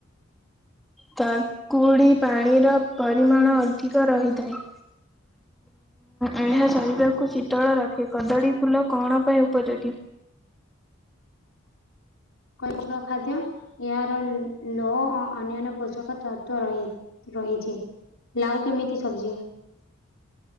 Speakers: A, in the centre; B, on the left (about 75°).
A: ତାକୁଡ଼ି ପାଣିର ପରିମାଣ ଅଧିକ ରହିଥାଏ। ଏହା ଶରୀରକୁ ଶୀତଳ ରଖେ। କଦଳୀ ଫୁଲ କଣ ପାଇଁ ଉପଯୋଗୀ?
B: କୈଚକ ଖାଦ୍ୟ ଏହାର ଲୋହ ଓ ଅନ୍ୟାନ୍ୟ ପୋଷକ ତତ୍ଵ ରହି। ରହିଛି ଲାଉ କେମିତି ସବଜି?